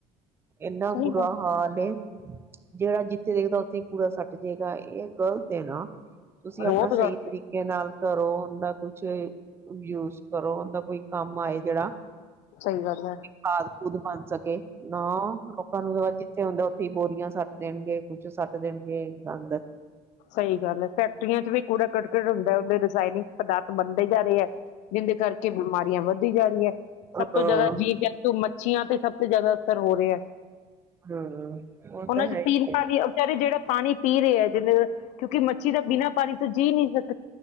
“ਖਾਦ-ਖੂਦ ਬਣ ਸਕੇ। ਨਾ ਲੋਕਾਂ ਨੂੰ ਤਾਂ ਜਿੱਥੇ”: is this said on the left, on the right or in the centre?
Right